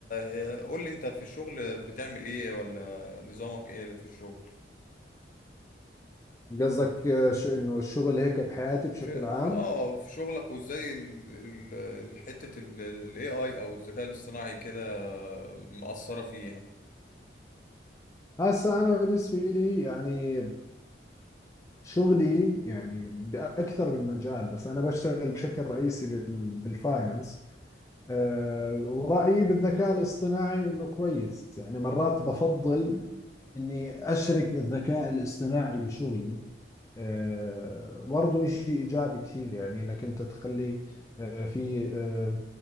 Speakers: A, on the left (about 45°); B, on the left (about 15°).
A: آه، قول لي انت في الشغل بتعمل ايه ولا نظامك ايه في الشغل
B: قصدك آه، شو إنه الشغل هيك بحياتي بشكل
A: في
B: عام؟
A: في اه في شغلك وازاي ال- ال- ال- حتة الاي اي او الذكاء الاصطناعي كده مأثرة فيه يعني
B: هسا أنا بالنسبة لي يعني شغلي يعني بأكثر من مجال بس أنا بشتغل بشكل رئيسي بال- بالفاينانس آه، ورأيي بالذكاء الاصطناعي إنه كويس يعني مرات بفضل إني أشرك الذكاء الاصطناعي بشغلي آه، برضه إشي إيجابي كثير يعني إنك أنت تخلي آه، في آه،